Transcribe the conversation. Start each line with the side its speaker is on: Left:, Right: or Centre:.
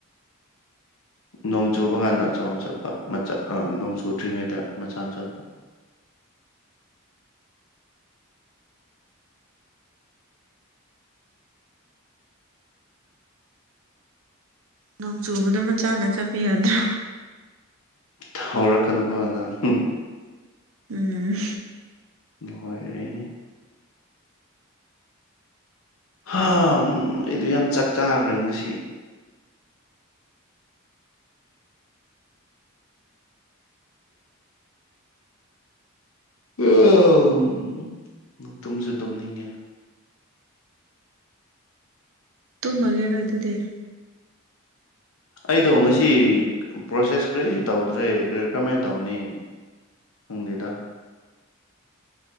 Left: ꯅꯣꯡ ꯆꯨꯕ ꯀꯥꯟꯗ ꯑꯆꯧꯕ ꯆꯠꯄ ꯃꯆꯥ ꯑꯥ ꯅꯣꯡ ꯆꯨꯗ꯭ꯔꯤꯉꯩꯗ ꯃꯆꯥꯅ ꯆꯠꯄ
Right: ꯅꯣꯡ ꯆꯨꯕꯗꯣ ꯃꯆꯥꯅ ꯆꯠꯄ ꯌꯥꯗ꯭ꯔꯦ
Left: ꯊꯧꯔꯛꯀꯅꯨꯀꯣ ꯅꯪ <unintelligible>
Right: ꯎꯝ
Left: ꯂꯣꯏꯔꯦꯍꯦ ꯍꯥ ꯑꯩꯗꯣ ꯌꯥꯝ ꯆꯥꯛ ꯆꯥꯈ꯭ꯔꯦ ꯉꯁꯤ <unintelligible> ꯇꯨꯝꯁꯨ ꯇꯨꯝꯅꯤꯡꯉꯦ
Right: ꯇꯨꯝꯃꯥꯒꯦꯔꯣ ꯑꯗꯨꯗꯤ
Left: ꯑꯩꯗꯣ ꯉꯁꯤ ꯄ꯭ꯔꯣꯁꯦꯁ ꯀꯔꯤꯁꯨ ꯇꯧꯗ꯭ꯔꯦ ꯀꯔꯝꯃꯥꯏꯅ ꯇꯧꯅꯤ ꯈꯪꯗꯦꯗ